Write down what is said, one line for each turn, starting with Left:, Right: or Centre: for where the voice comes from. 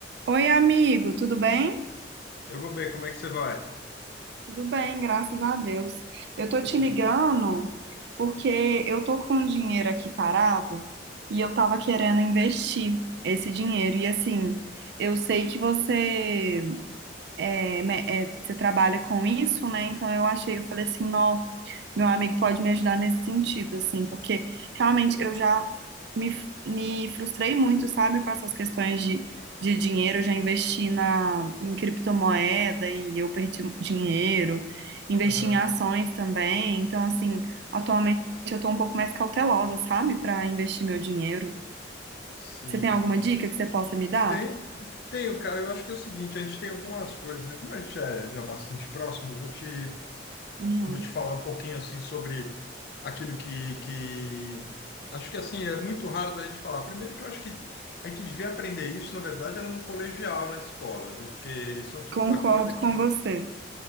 Right: Oi, amigo, tudo bem?
Left: Eu vou bem, como é que você vai?
Right: Tudo bem, graças a Deus. Eu tô te
Left: Tá legal.
Right: ligando porque eu tô com um dinheiro aqui parado e eu tava querendo investir esse dinheiro. E assim, eu sei que você é, me- é, você trabalha com isso, né? Então eu achei, eu falei assim, não, meu amigo pode me ajudar nesse sentido, assim, porque realmente eu já me frustrei muito, sabe, com essas questões de, de dinheiro. Eu já investi na, em criptomoeda e eu perdi dinheiro, investi
Left: Aham,
Right: em ações também. Então, assim, atualmente eu tô um pouco mais cautelosa, sabe, para investir meu dinheiro.
Left: sim.
Right: Você tem alguma dica que você possa me dar?
Left: Tem, tem, cara, eu acho que é o seguinte, a gente tem algumas coisas, né? Como a gente é já bastante próximo, eu vou te,
Right: Uhum.
Left: vou te falar um pouquinho, assim, sobre aquilo que, que... Acho que, assim, é muito raro da gente falar. Primeiro que eu acho que a gente devia aprender isso, na verdade, era no colegial, na escola, viu? Porque isso é o tipo
Right: Concordo
Left: da coisa que
Right: com você,